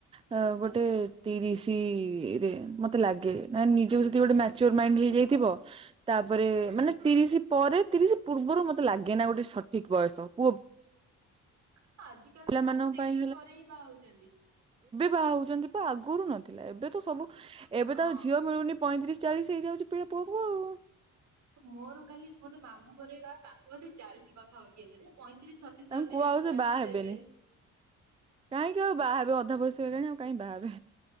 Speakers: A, on the right; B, on the right.
A: ଅ ଗୋଟେ ତିରିଶିରେ ମତେ ଲାଗେ ନା ନିଜକୁ ଯଦି ଗୋଟେ ମାଚ୍ୟୋର୍ ମାଇନ୍ଡ ହେଇଯାଇଥିବ ତାପରେ
B: ହୁଁ
A: ମାନେ ତିରିଶି ପରେ ତିରିଶି ପୂର୍ବରୁ ମତେ ଲାଗେ ନା ଗୋଟେ ସଠିକ ବୟସ ପୁଅ
B: <inaudible> ଆଜିକାଲି
A: ପିଲାମାନଙ୍କ
B: ତ ସବୁ ତିରିଶି
A: ପାଇଁ
B: ପରେ ହିଁ ବାହାହଉଛନ୍ତି।
A: ବାହଉ ଚନ୍ତି ଆଗରୁ ନଥିଲା ଏବେ ତ ସବୁ
B: ଆଗରୁ ବହୁତ
A: ଏବେ
B: ହଁ।
A: ତ ଆଉ ଝିଅ ମିଳୁନି ପଇଁତିରିଶି ଚାଳିଶି ହେଇଯାଉଛି ପିିଲା ପୁଅକୁ ଆଉ।
B: ମୋର କାଲି ଗୋଟେ ମାମୁଁ ଗରିବା ତାଙ୍କୁ ଏଧେ ଚାଳିଶି ପାଖ ହଉଗେଲେ ପଇଁତିରିଶ ଛତିଶି
A: ତାଙ୍କୁ
B: ବଧେ
A: କୁହ
B: ହେଲାଣି
A: ଆଉ ବାହା
B: ସେ
A: ହେବେନି
B: ଏବେ
A: କାହିଁକି ଆଉ ବାହା ହେବେ ଅଧା ବୟସ ହେଲାଣି ଆଉ କାହିଁ ବାହା ହେବେ